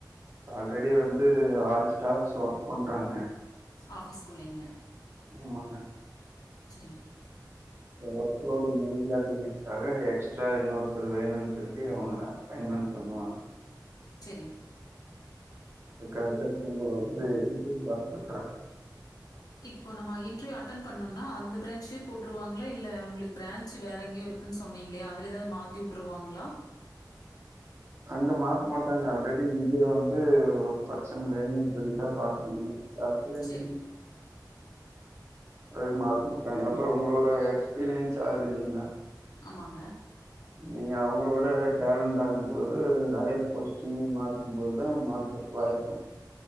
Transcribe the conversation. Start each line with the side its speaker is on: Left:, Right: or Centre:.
Right: ஆல்ரெடி வந்து ஆறு ஸ்டாஃப்ஸ் ஒர்க் பண்றாங்க
Left: ஆஃபீஸ்குள்ளைங்க
Right: ஆமாங்க
Left: சரிங்
Right: ஒர்க்லோடு முடியல அப்டின்றக்காக எக்ஸ்ட்ரா இன்னொருத்தர் வேணுன் சொல்லி அவங்க அப்பாய்ண் மெண்ட் பண்ணுவாங்
Left: சரிங்க.
Right: அதுக்காகத்தா இங்க வந்து இப்டி ஒர்க் பண்றாங்க
Left: இப்போ நம்ம இன்டரியூ அட்டன் பண்ணம்னா அந்த பிரான்ச்லயே போட்ருவாங்களா இல்ல உங்களுக்கு பிரான்ச் வேற எங்கயோ இருக் குன்னு சொன்னீங்களே அதுல எதாவது மாத்தி உட்ருவாங்ளா
Right: அங்க மாத்த மாட்டாங்க அல்ரெடி இங்கயே வந்து ஒரு பர்சன் வேணுன் சொல்லிதா பாக்க முடியு அப்ற என்
Left: சரிங்க.
Right: அது மாத்த மாட்டாங்க அப்பற உங்களோட எக்ஸ்பீரியன்ஸ் ஆகுது இல்லிங்ளா
Left: ஆமாங்க
Right: நீங்க அவங்கள விட டேலண்ட் ஆகும்போது நறைய போஸ்டிங் மாத்தும் போதுதா மாத்த வாய்ப்பு